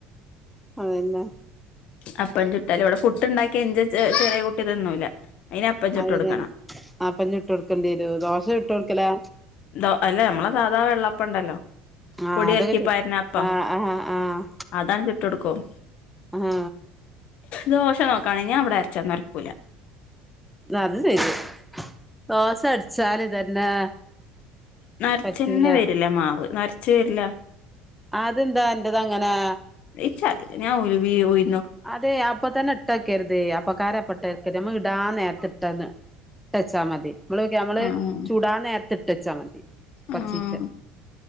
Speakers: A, in the centre; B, on the left.
A: അതന്നെ.
B: അപ്പം ചുട്ടാല് ഇവടെ പുട്ടുണ്ടാക്കിയ ഇന്റെ ചെറിയ കുട്ടി തിന്നൂല അതിന് അപ്പം ചുട്ട്
A: അതെല്ലേ
B: കൊടുക്കണം
A: അപ്പം ചുട്ട് കൊട്ക്കണ്ടി വരും. ദോശ ചുട്ട് കൊടുക്കലാ
B: ദോ അല്ല നമ്മളെ സാധാ വെള്ളപ്പംണ്ടല്ലോ
A: ആഹ്
B: പൊടി
A: അതൊക്കെ
B: കലക്കിപ്പാര്ന
A: ചു
B: അപ്പം
A: ആഹ് ആഹ് ആഹ്
B: അതാണ്ട് ചുട്ട് കൊടുക്കും.
A: ആഹ്.
B: ദോശ നോക്കാണീം ഞാൻ ഇവടെ അര്ച്ചാ നൊര്ക്കൂല.
A: അതു സെരി ദോശ അട്ച്ചാല് ഇതന്നെ
B: നൊര്ച്ചന്നെ
A: പറ്റൂല
B: വരൂല മാവ് നൊര്ച്ച് വര്ല്ല.
A: അതെന്താ അന്റത് അങ്ങനെ
B: ഇച്ചറീല ഞാന് ഉലുവീ ഉയ്‌
A: അതെ അപ്പ തന്നെ ഇട്ടക്കര്ത് അപ്പക്കാരം അപ്പട്ടേക്കര്ത് നമ്മ ഇടാൻ നേര ത്ത്ട്ടന്ന് ഇട്ടച്ചാ മതി. ഞമ്മള്
B: ആഹ്
A: ചുടാ നേരത്ത് ഇട്ടച്ചാ മതി. കൊർച്ചീച്ചേ.
B: ആഹ്